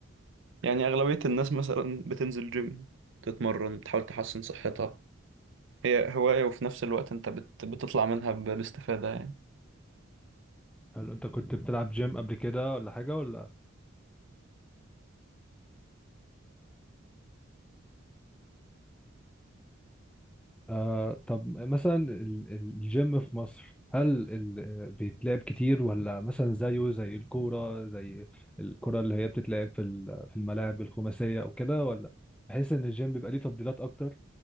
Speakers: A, on the right; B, in the centre.
A: يعني أغلبية الناس مثلا بتنزل جيم تتمرن تحاول تحسن صحتها هي هواية وفي نفس الوقت انت بت بتطلع منها ب- باستفادة يعني
B: هل انت كنت بتلعب جيم قبل كده ولا حاجة ولا آه طب مثلا ال- ال- الجيم في مصر هل ال- آه، بيتلعب كتير ولا مثلا زيه زي الكورة زي الكرة اللي هي بتتلعب في ال- في الملاعب الخماسية او كده ولا بحيث ان الجيم بيبقى ليه تفضيلات اكتر